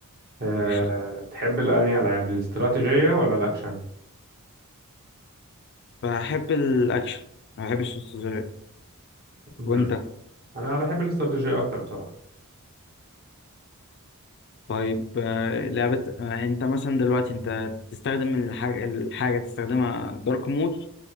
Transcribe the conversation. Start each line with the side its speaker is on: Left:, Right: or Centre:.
Right: أه
Left: قشطة.
Right: بتحب الأنهي ألعاب الاستراتيجية ولا الأكشن؟
Left: بحب الاكشن ما بحبش السوشيال
Right: أمم،
Left: وانت
Right: أنا بحب الاستراتيجية أكتر بصراحة
Left: طيب آه، لعبة آه، انت مثلا دلوقتي انت تستخدم الحاجة الحاجة تستخدمها دارك مود